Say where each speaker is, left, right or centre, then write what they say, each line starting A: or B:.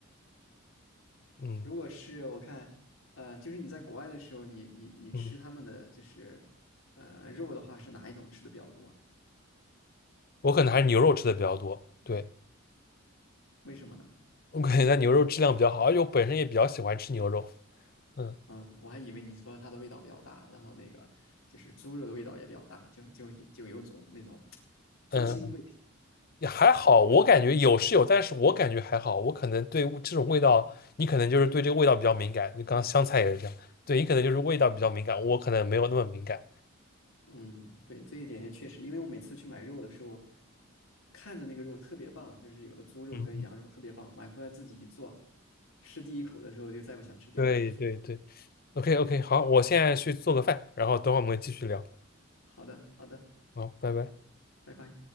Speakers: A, on the left; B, on the left.
A: 嗯
B: 如果是我看，呃，就是你在国外的时候，你你你吃他们的就是
A: 嗯，
B: 呃肉的话，是哪一种吃的比较多？
A: 我可能还是牛肉吃的比较多。对，
B: 为什么呢？
A: 我感觉它牛肉质量比较好，而且我本身也比较喜欢吃牛肉。嗯
B: 嗯，我还以为你说它的味道比较大，然后那个就是猪肉的味道也比较大，就就就有种那种 <tsk> 猪腥味。
A: 嗯，也还好，我感觉有是有，但是我感觉还好。我可能对味这种味道，你可能就是对这个味道比较敏感。你刚刚香菜也是这样，对你可能就是味道比较敏感，我可能没有那么敏感。
B: 嗯，对，这一点也确实，因为我每次去买肉的时候，看着那个肉特别棒，就是有的猪肉跟羊肉特别棒，
A: 嗯，
B: 买回来自己一做，吃第一口的时候就再不想吃第二口了。
A: 对对对，OK OK，好，我现在去做个饭，然后等会儿我们继续聊。
B: 好的，好的，
A: 好，拜拜。
B: 拜拜。